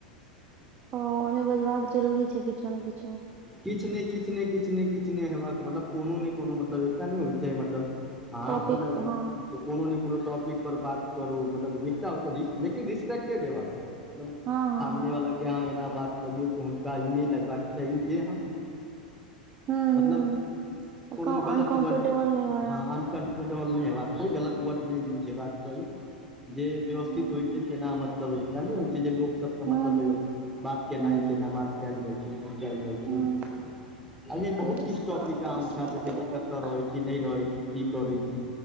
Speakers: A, on the right (about 35°); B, in the centre.
A: ओमे बजबाक जरूरी छै किछु ने किछु
B: किछु ने किछु ने किछु ने किछु ने होेबाक मतलब कोनो ने कोनो मतलब एकटा नहि होइ छै मतलब आहाँ
A: टॉपिक
B: अपन
A: हँ
B: तऽ कोनो ने कोनो टॉपिकपर बात करू मतलब एकटा होइ लेकिन रिस्पेक्टेड हेबाक मतलब
A: हँ हँ
B: सामने
A: हँ
B: वाला के अहाँ एना बात करियौ कि हुनका ई नहि लगबाक चाही जे ह <inaudible>
A: हूँ
B: मतलब
A: हूँ अनकम्फर्टेबल
B: कोनो गलत वर्ड
A: नहि होइ अहाँ
B: ह पेटहल नहि हेबाक चाही गलत वर्ड नहि यूज हेबाक चाही <inaudible> जे व्यवस्थित
A: हूँ
B: होइत छै तेना मतलब एकटा नहि होइ छै जे लोकसभ से
A: हूँ
B: मतलब बात केनाई
A: हूँ हूँ
B: केना बात कैल जाइ छै नई कैल जाइ छै
A: हूँ
B: आ ई बहुत
A: चौबीस
B: किछ टॉपिक अहाँ उठा
A: मिनट
B: सकैत
A: पूरे
B: छी
A: भेलै
B: कतय रहैत छी नहि रहैत छी की करै छी